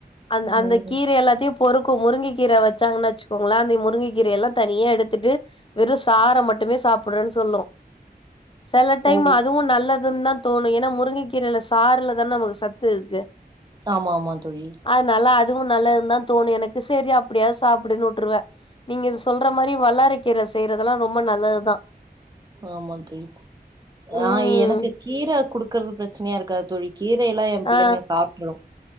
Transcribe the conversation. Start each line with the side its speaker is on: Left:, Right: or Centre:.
Left: அந்த் அந்த
Right: ம்
Left: கீர எல்லாத்தையு பொறுக்கு முருங்ககீர வெச்சாங்கன்னு வெச்சுக்கோங்ளே அந்த முருங்கக்கீரைய எல்லா தனியா எடுத்திட்டு வெறு சார மட்டுமே சாப்படறேனு சொல்லு சில டைம்
Right: ஓ
Left: அதுவு நல்லதுனு தா தோணு ஏனா முருங்கக்கீரைல சாருல தான நமக்கு சத்து இருக்கு
Right: ஆம்மாமா தோழி
Left: அதனால அதுவு நல்லதுனுதா தோணு எனக்கு சேரி அப்டியாவது சாப்பிடனு வுட்ருவே நீங்க இது சொல்ற மாரி வல்லாறைக்கீரை செய்றதெல்லா ரொம்ப நல்லதுதா
Right: ஆம்மா தோழி
Left: ம்
Right: ஆ எனக்கு கீர குடுக்கறது ப்ரச்சனையா இருக்காது தோழி கீரையெல்லா ஏ பிள்ளைங்க
Left: ஆ
Right: சாப்ட்ரு